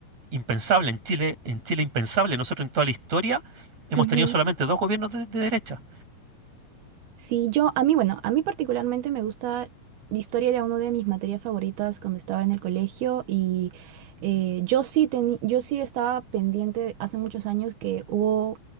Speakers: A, on the right; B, on the right.
A: impensable en Chile, en Chile impensable. Nosotros en toda la historia hemos
B: guau.
A: tenido solamente dos gobiernos de, de derecha.
B: Sí, yo, a mí, bueno, a mí particularmente me gusta, la historia era una de mis materias favoritas cuando estaba en el colegio y eh, yo sí teni- yo sí estaba pendiente hace muchos años que hubo